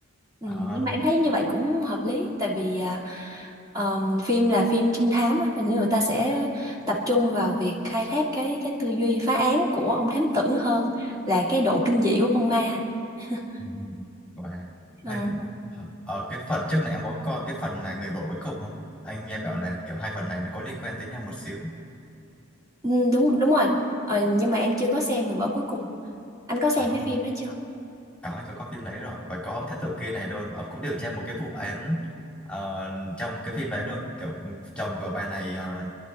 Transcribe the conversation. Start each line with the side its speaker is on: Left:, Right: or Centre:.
Right: ừ,
Centre: à,
Right: nhưng mà em thấy như vậy cũng hợp lý tại vì à, ờm, phim là phim trinh thám á hình như người ta sẽ tập trung vào việc khai thác cái cái tư duy phá án của ông thám tử hơn là cái độ kinh dị của con ma <laughs>
Centre: ừ, và
Right: ừ,
Centre: hay ở cái phần trước này em có coi cái phần mà người vợ cuối cùng không anh nghe bảo là kiểu hai phần này nó có liên quan tới nhau một xíu
Right: ừ, đúng đúng rồi Ờ, nhưng mà em chưa có xem người vợ cuối cùng anh có xem
Centre: à,
Right: cái phim đó chưa
Centre: có anh có coi phim đấy rồi và có ông thám tử kia này luôn ông cũng điều tra một cái vụ án ờ, trong cái phim đấy luôn kiểu chồng của bà này ờ,